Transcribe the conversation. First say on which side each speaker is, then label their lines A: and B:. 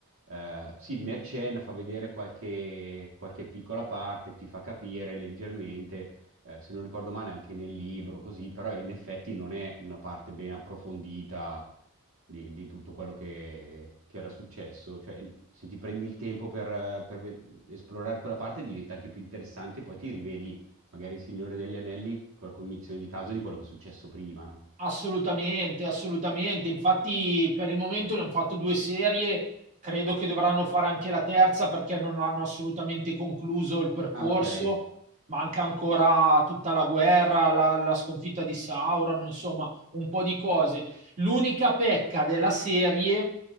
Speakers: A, on the right; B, on the right.
A: eh, sì, ne accenna, fa vedere qualche, qualche piccola parte, ti fa capire leggermente, eh, se non ricordo male anche nel libro, così, però in effetti non è una parte ben approfondita di, di tutto quello che, che era successo. Cioè, se ti prendi il tempo per, per ve- esplorare quella parte, diventa anche più interessante, poi ti rivedi magari il Signore degli Anelli con la cognizione di causa di quello che è successo prima, no?
B: Assolutamente, assolutamente. Infatti, per il momento ne hanno fatto due serie. Credo che dovranno fare anche la terza perché non hanno assolutamente concluso il percorso.
A: Ah, ok.
B: Manca ancora tutta la guerra, la, la sconfitta di Sauron, insomma, un po' di cose. L'unica pecca della serie